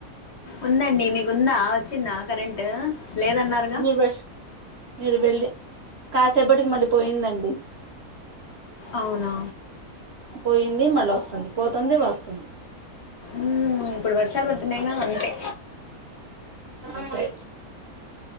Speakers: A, on the left (about 50°); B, on the right (about 50°).
A: ఉందండి మీకుందా వచ్చిందా కరెంట్ లేదన్నారుగా
B: మీరు వేల్ మీరు వెళ్ళి కాసేపటికి మళ్ళీ పోయిందండి
A: అవునా
B: పోయింది మళ్ళ వస్తుంది పోతుంది వస్తుంది
A: మ్మ్ ఇప్పుడు వర్షాలు పడుతున్నాయింగా అంతే
B: అంతే